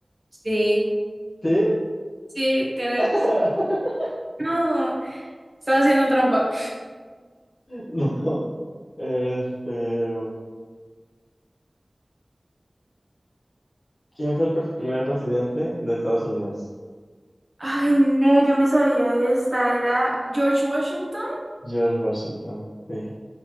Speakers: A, on the right; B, on the left.
A: Sí,
B: ¿Sí?
A: sí, tienes.
B: <laughs>
A: No, estás haciendo trampa.
B: No. Este, ¿quién fue el pres- primer presidente de Estados Unidos?
A: Ay, no, yo me sabía esta. Era George Washington.
B: George Washington. Sí,